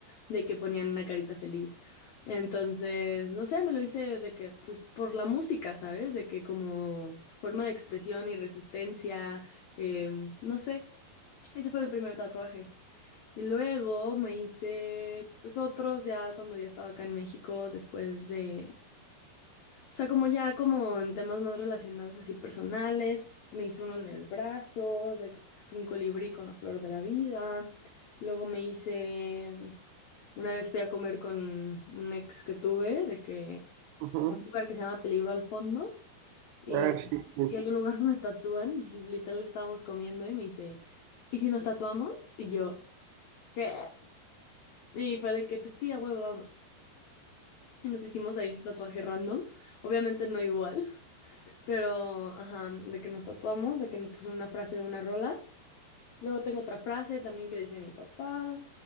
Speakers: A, on the left; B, on the right.
A: de que ponían una carita feliz. Entonces, no sé, me lo hice de que, pues por la música, ¿sabes? De que como forma de expresión y resistencia, em, no sé, ese fue mi primer tatuaje. Y luego me hice, pues otros ya cuando ya estaba acá en México, después de, o sea, como ya como en temas más relacionados así personales, me hice uno en el brazo, de que es un colibrí con la flor de la vida. Luego me hice una vez fui a comer con un ex que tuve, de que
B: ujú.
A: a un lugar que se llama Peligro al Fondo, y,
B: Ah, sí, sí.
A: y hay un lugar <laughs> donde tatúan, y literal estábamos comiendo y me dice, ¿y si nos tatuamos? Y yo, ¿qué? Y fue de que, pues sí, a huevo, vamos. Y nos hicimos ahí un tatuaje random, obviamente no igual, pero, ajá, de que nos tatuamos, de que me puso una frase de una rola. Luego tengo otra frase también que decía mi papá.